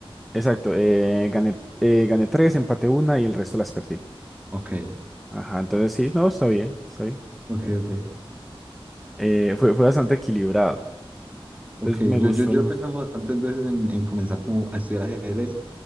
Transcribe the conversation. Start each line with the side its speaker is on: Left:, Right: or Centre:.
Centre: exacto. eh, gané, eh, gané tres, empaté una y el resto las perdí.
Right: Ok,
Centre: Ajá, entonces sí, no, está bien, está bien.
Right: ok, ok.
Centre: Eh, fue, fue bastante equilibrado. Entonces
Right: Ok,
Centre: me
Right: yo,
Centre: gustó,
Right: yo, yo
Centre: me
Right: he
Centre: gustó.
Right: pensado bastantes veces en, en comenzar como a estudiar ajedrez,